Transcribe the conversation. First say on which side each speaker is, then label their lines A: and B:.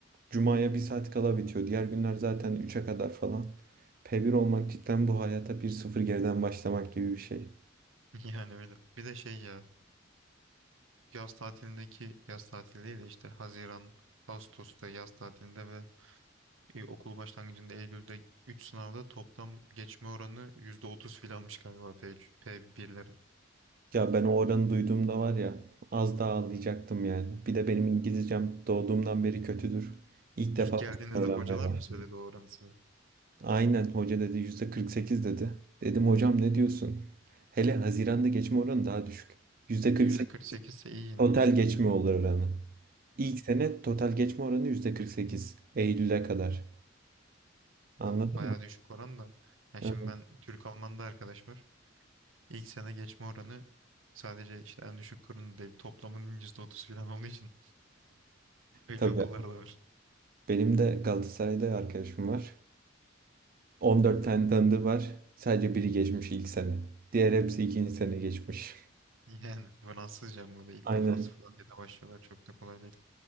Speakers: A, on the right; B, on the right.
A: cumaya bir saat kala bitiyor. Diğer günler zaten üçe kadar falan. P1 olmak cidden bu hayata bir sıfır geriden başlamak gibi bir şey.
B: Yani öyle. Bir de şey ya yaz tatilindeki yaz tatili değil de işte Haziran, Ağustos'ta yaz tatilinde ve e, okul başlangıcında Eylül'de 3 sınavda toplam geçme oranı %30 filanmış galiba P3, p birlerin
A: Ya ben o oranı duyduğumda var ya az daha ağlayacaktım yani. Bir de benim İngilizcem doğduğumdan beri kötüdür. İlk defa
B: İlk geldiğinizde
A: bu sene öğrenmeye
B: hocalar
A: başladım.
B: mı söyledi o oranı size?
A: Aynen hoca dedi %48 dedi. Dedim hocam ne diyorsun? Hele Haziran'da geçme oranı daha düşük. %48
B: %48 ise iyi yine.
A: total geçme oranı. İlk sene total geçme oranı %48 Eylül'e kadar. Anladın
B: Ya, bayağı
A: mı?
B: düşük oran da. Ya
A: Evet.
B: şimdi ben Türk Alman'da arkadaş var. İlk sene geçme oranı sadece işte en düşük kurun değil toplamının %30 falan olduğu için <laughs> öyle
A: Tabii
B: okullar da var.
A: benim de Galatasaray'da arkadaşım var. 14 tane tanıdığı var. Sadece biri geçmiş ilk sene. Diğer hepsi ikinci sene geçmiş.
B: Yani Fransızca mı o da ilk
A: Aynen.
B: defa sıfırdan dile başlıyorlar çok da kolay değil.